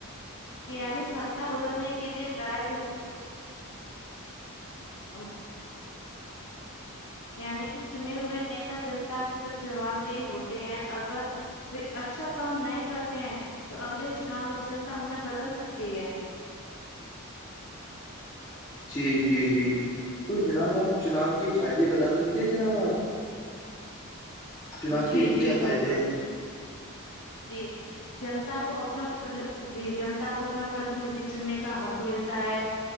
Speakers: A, on the left; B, on the left.
A: یعنی ستا بدلنے کے لیے لڑائی جھگڑی <unintelligible> یعنی کہ چنے ہوئے نیتا جنتا کے پر جوابدی ہوتے ہیں اگر اچھا کام نہیں کرتے ہیں تو اگلے چناؤ میں جنتا انہیں بدل سکتی ہے
B: جی جی جی تو جناب آپ چناؤ کے فائدے بتا سکتے ہیں جناب آپ چناب
A: جی
B: کی
A: جی
B: کیا
A: بالکل
B: فائدے ہیں
A: جی جنتا کو اپنا جی جنتا کو اپنا پرتیندھی چننے کا حق ملتا ہے